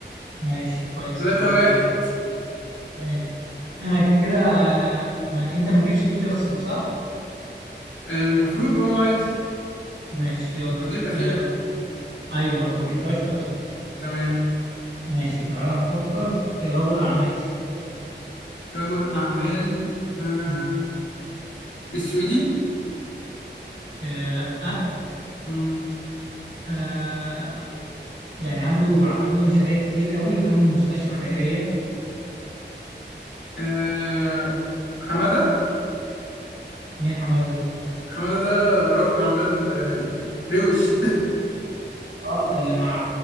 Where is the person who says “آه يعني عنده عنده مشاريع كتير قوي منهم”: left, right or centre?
Right